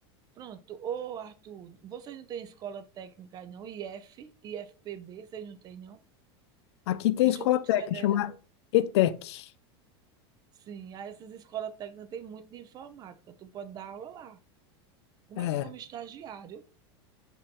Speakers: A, on the right (about 30°); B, on the left (about 75°).
A: Pronto. Ô, Arthur, vocês não têm escola técnica aí não? IF, IFPB, vocês não têm não?
B: aqui tem
A: Instituto
B: escola técnica,
A: Federal.
B: chama ETEC.
A: Sim, aí essas escolas técnicas têm muito de informática. Tu pode dar aula lá. Começa
B: É,
A: como estagiário.